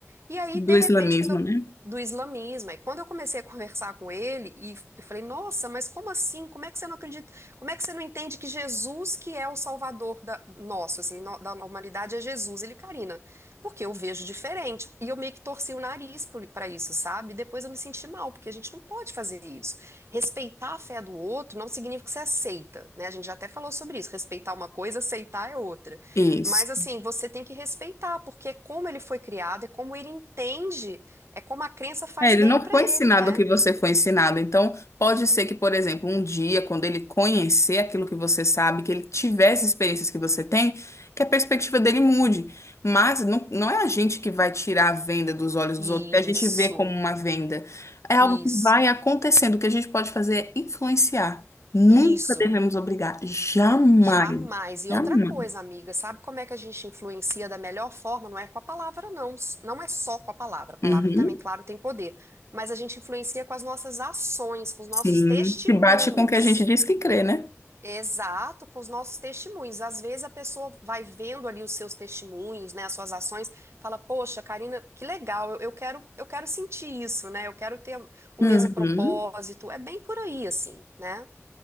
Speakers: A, on the right; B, on the left.
A: E aí,
B: do
A: de repente,
B: islamismo,
A: quando eu,
B: né?
A: do islamismo, aí quando eu comecei a conversar com ele, e f- eu falei, nossa, mas como assim? Como é que você não acredita? Como é que você não entende que Jesus que é o salvador da, nosso, assim, no- da humanidade é Jesus? Ele, Karina, porque eu vejo diferente. E eu meio que torci o nariz para isso, sabe? Depois eu me senti mal, porque a gente não pode fazer isso. Respeitar a fé do outro não significa que você aceita, né? A gente já até falou sobre isso. Respeitar uma coisa, aceitar é outra.
B: Isso.
A: Mas assim, você tem que respeitar, porque é como ele foi criado, é como ele entende, é como a crença faz
B: É, ele
A: bem
B: não
A: pra
B: foi
A: ele,
B: ensinado
A: né?
B: o que você foi ensinado. Então, pode ser que, por exemplo, um dia, quando ele conhecer aquilo que você sabe, que ele tivesse experiências que você tem, que a perspectiva dele mude. Mas não, não é a gente que vai tirar a venda dos olhos dos
A: Isso,
B: outros, que a gente vê como uma venda. É algo
A: isso,
B: que vai acontecendo. O que a gente pode fazer é influenciar. Nunca
A: isso.
B: devemos obrigar. Jamais.
A: Jamais. E
B: Jamais.
A: outra coisa, amiga, sabe como é que a gente influencia da melhor forma? Não é com a palavra, não. Não é só com a palavra. A palavra
B: Uhum.
A: também, claro, tem poder. Mas a gente influencia com as nossas ações, com os nossos
B: Sim,
A: testemunhos.
B: se bate com o que a gente diz que crê, né?
A: Exato, com os nossos testemunhos. Às vezes a pessoa vai vendo ali os seus testemunhos, né, as suas ações, fala, poxa, Karina, que legal, eu, eu quero, eu quero sentir isso, né? Eu quero ter o
B: Uhum.
A: mesmo propósito. É bem por aí, assim, né?